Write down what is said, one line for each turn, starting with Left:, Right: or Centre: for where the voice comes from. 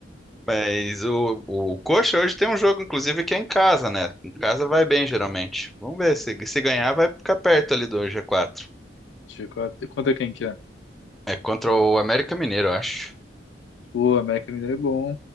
Centre: Mas o, o Coxa hoje tem um jogo, inclusive, que é em casa, né? Em casa vai bem, geralmente. Vamos ver, se, se ganhar, vai ficar perto ali do G4.
Left: Deixa eu ver Quanto é G quatro. Conta quem que é?
Centre: É contra o América Mineiro, eu acho.
Left: Pô, América Mineiro é bom.